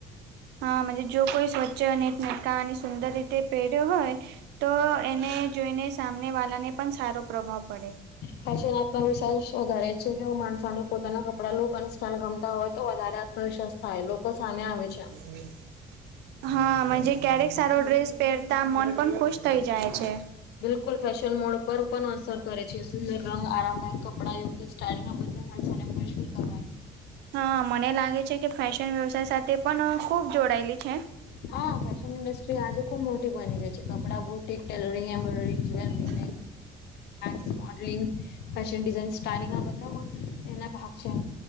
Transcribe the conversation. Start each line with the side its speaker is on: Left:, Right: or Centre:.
Right: હા જો કોઈ સ્વચ્છ અનેટ નકા અને સુંદર રીતે પહેર્યો હોય તો એને જોઈને સામનેવાળાને પણ સારો પ્રભાવ પડે
Left: ફશન આત્મવિશ્વાસ વધારે છે જે માણસાને પોતાના કપડા લોકો સ ગમતા હોય તો વધારે આત્મશસ થાય લોકો સામે આવે છે.
Right: હમ. હાજ ક્યારેક સારો ડ્રેસ પહેરતા મન પણ ખુશ થઈ જાય છે.
Left: બિલકુલ ફેશન મોડ પર પણ અસર કરે છે સુંદર રંગ આરામદાયક કપડા યોગ્ય બ. <unintelligible>
Right: હા મને લાગે છે કે ફેશન વ્યવસાય સાથે પણ ખુબ જોડાયેલી છે.
Left: હા ફેશન ઇન્ડસ્ટ્રી આજે ખુબ મોટી બની ગઈ છે કપડાં બુટિક ટેલરિંગ એમ્બ્રોડરીંગ જ્વેલરી
Right: <inaudible>
Left: ગ મોડલિ ફન ડિઝન સ્ટારલિંગ બધા એના ભાગ છે.